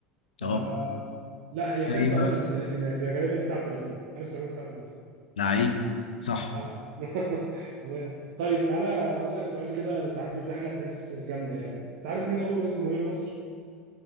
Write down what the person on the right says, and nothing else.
ف
لا هي
كانت
في
أواخر التلاتينات هي غالبا تسعة وتلاتين 1939
اه <laughs> تمام طيب تعالى أقول لك سؤال كده ساعات بيزحلق ناس جامدة يعني تعرف مين أول رئيس جمهورية لمصر؟